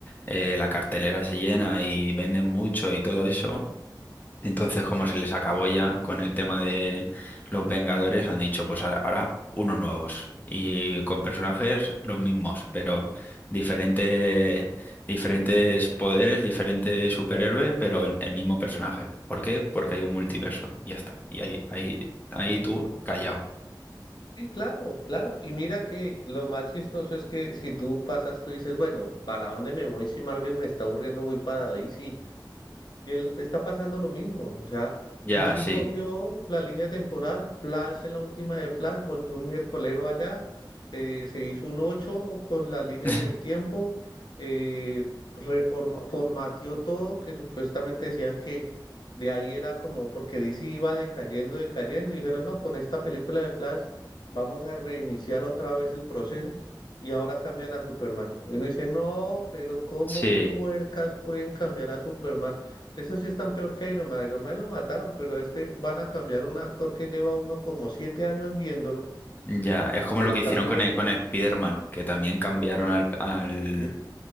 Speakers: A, on the left; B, on the left.
A: eh, la cartelera se llena y venden mucho y todo eso. Entonces, como se les acabó ya con el tema de los Vengadores, han dicho, pues ahora ahora unos nuevos. Y con personajes los mismos, pero diferente, diferentes poderes, diferentes superhéroes, pero el, el mismo personaje. ¿Por qué? Porque hay un multiverso. Y ya está. Y ahí, ahí, ahí tú callado.
B: Sí, claro, claro. Y mira que lo más chistoso es que si tú pasas, tú dices, bueno, ¿para dónde me voy si Marvel me está aburriendo? Voy para DC. Y él está pasando lo mismo. O sea,
A: Ya,
B: DC
A: sí.
B: cogió la línea temporal. Flash es la última de Flash. Volvió un miércolero allá. eh, se hizo un 8 con las líneas
A: <laughs>
B: del tiempo. eh, reforma, formateó todo, que supuestamente decían que de ahí era como porque DC iba decayendo, decayendo. Y dijeron, no, con esta película de Flash vamos a reiniciar otra vez el proceso. Y ahora cambian a Superman. Y uno dice, no, pero ¿cómo
A: Sí,
B: puercas pueden cambiar a Superman? Eso sí están peor que Iron Man. Iron Man lo mataron, pero este van a cambiar un actor que lleva uno como siete años viéndolo,
A: ya. Es como
B: luchando.
A: lo que hicieron con, e- con Spider-Man, que también cambiaron al, al-
B: Sí,